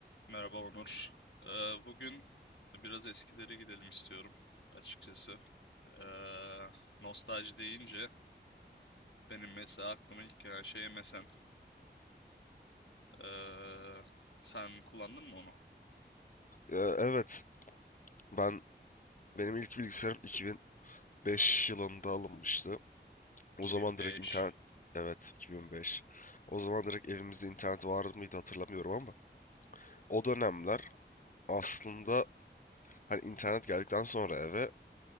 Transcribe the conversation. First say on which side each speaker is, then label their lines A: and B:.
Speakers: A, on the left (about 85°); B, on the left (about 45°).
A: Merhaba Onur. Ee, bugün biraz eskileri gidelim istiyorum açıkçası. Ee, nostalji deyince benim mesela aklıma ilk gelen şey MSN. Ee, sen kullandın mı onu?
B: Ee, evet ben benim ilk bilgisayarım 2005 yılında alınmıştı.
A: 2005.
B: O zaman direkt internet evet 2005. O zaman direkt evimizde internet var mıydı hatırlamıyorum ama o dönemler aslında hani internet geldikten sonra eve